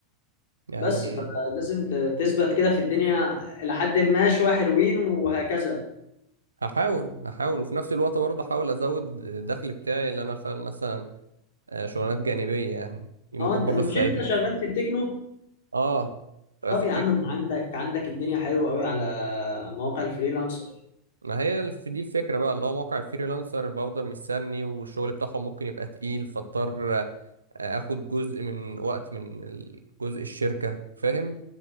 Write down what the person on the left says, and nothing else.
بس فلازم ت- تثبت كده في الدنيا إلى حد ما شوية حلوين وهكذا
أه أنت
مش
أنت شغال في التكنو
طب
يا عم ما عندك عندك الدنيا حلوة قوي على مواقع الفريلانسر